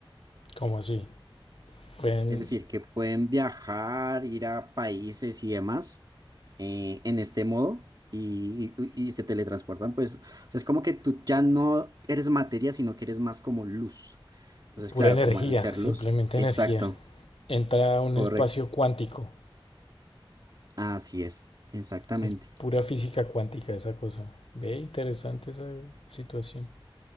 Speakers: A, on the left; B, on the right.
A: ¿Cómo así? Pueden,
B: Es decir, que pueden viajar, ir a países y demás eh, en este modo y, y- y se teletransportan. Pues, o sea, es como que tú ya no eres materia, sino que eres más como luz. Entonces,
A: pura
B: claro,
A: energía,
B: como al ser
A: simplemente
B: luz, exacto,
A: energía. Entra a un
B: correcto.
A: espacio cuántico.
B: Así es, exactamente.
A: Es pura física cuántica esa cosa. Ve, interesante esa situación.